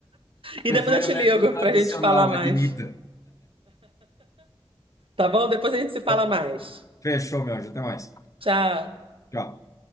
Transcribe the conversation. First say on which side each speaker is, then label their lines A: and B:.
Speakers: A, on the right; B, on the left.
A: E
B: Prefere
A: depois eu te
B: o
A: ligo
B: método tradicional,
A: pra gente falar mais,
B: admita.
A: tá bom? Depois a gente se fala
B: Tá.
A: mais.
B: Fechou, meu anjo. Até mais.
A: Tchau.
B: Tchau.